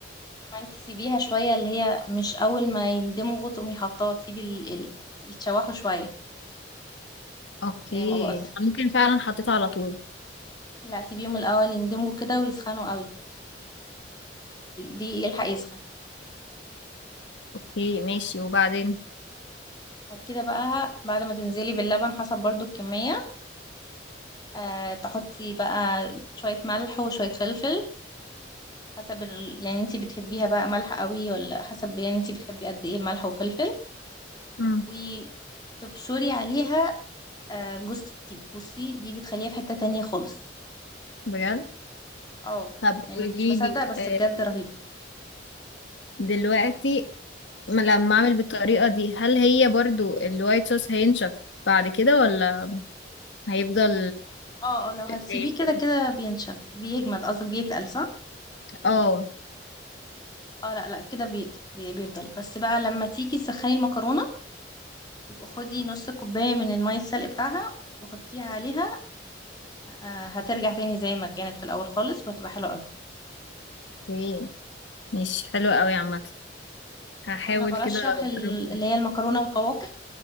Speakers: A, on the left (about 25°); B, on the left (about 75°).
A: ما انت سيبيها شويه اللي هي مش اول ما يندمجوا تقومي حطاه تسيبي ال... ال... يتشوحوا شويه
B: اوكي
A: زي ما بقولت
B: ممكن فعلا حطيتها على طول
A: لا سيبيهم الاول يندمجوا كده ويسخنوا قوي دي يلحق يسخن
B: اوكي ماشي وبعدين
A: بعد كده بقى بعد ما تنزلي باللبن حسب برضو الكمية أه تحطي بقى شوية ملح وشوية فلفل حسب ال... يعني انتي بتحبيها بقى مالحة قوي ولا حسب يعني انتي بتحبي قد ايه ملح وفلفل
B: مم.
A: وتبشري عليها آه، جوز الطيب بصي دي بتخليها في حتة تانية خالص
B: بجد
A: اه
B: طب
A: يعني
B: قولي
A: كنتش بصدق
B: لي
A: بس
B: آه،
A: بجد رهيبة
B: دلوقتي ما لما اعمل بالطريقة دي هل هي برضو الوايت صوص هينشف بعد كده ولا هيفضل
A: اه اه لو هتسيبيه
B: دايب
A: كده
B: كده
A: كده بينشف بيجمد قصدك بيتقل صح؟
B: اه
A: اه لا لا كده بيت- بي... بيفضل بس بقى لما تيجي تسخني المكرونة يبقى خدي نص كوباية من المية السلق بتاعها وحطيها عليها آه، هترجع تاني زي ما كانت في الأول خالص وهتبقى حلوة أوي.
B: اوكي ماشي حلو قوي عامة هحاول
A: وانا برشح
B: كده اجرب
A: ال- اللي هي المكرونه القواقع